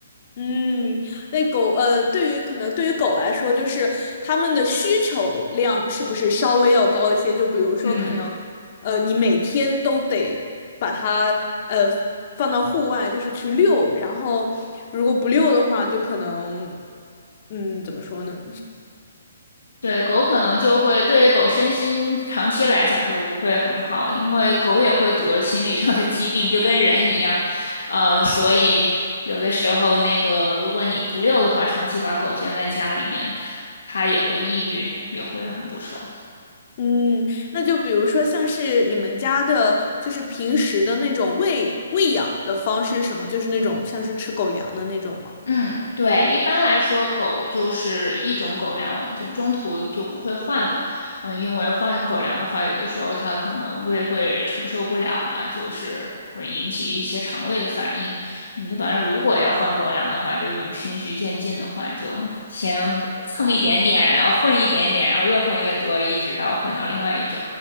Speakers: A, on the left; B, on the left.
A: 嗯，那狗，呃，对于可能对于狗来说，就是它们的需求量是不是稍微要高一些？就比如说，
B: 嗯。
A: 可能，呃，你每天都得把它，呃，放到户外，就是去遛，然后如果不遛的话，就可能，嗯，怎么说呢？
B: 对，狗可能就会对狗身心长期来讲就不会很好，因为狗也会得心理上的疾病，就跟人一样。呃，所以有的时候那个，如果你不遛的话，长期把狗圈在家里面，它也会抑郁，也会很不爽。
A: 嗯，那就比如说像是你们家的，就是平时的那种喂喂养的方式，什么，就是那种像是吃狗粮的那种吗？
B: 嗯，对，一般来说，狗就是一种狗粮，就中途就不会换了。嗯，因为换狗粮的话，有的时候它可能胃会承受不了啊，就是会引起一些肠胃的反应。嗯一般如果要换狗粮的话，就用循序渐进的换，就先蹭一点点，然后混一点点，然后越混越多，一直到混到另外一种。